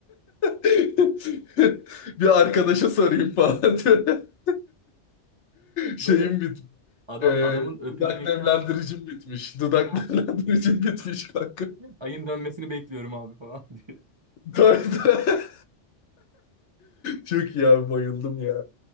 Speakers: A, on the left (about 70°); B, on the right (about 35°).
A: <laughs> Bir arkadaşa sorayım falan. <laughs> Şeyim
B: Böyle
A: bit
B: adam
A: e,
B: adamın öpüşmekten
A: dudak nemlendiricim bitmiş. Dudak
B: "Ha,
A: <laughs> nemlendiricim bitmiş kanka.
B: ayın dönmesini bekliyorum abi falan <laughs> diyor.
A: Tabii, tabii. Çok iyi abi bayıldım ya.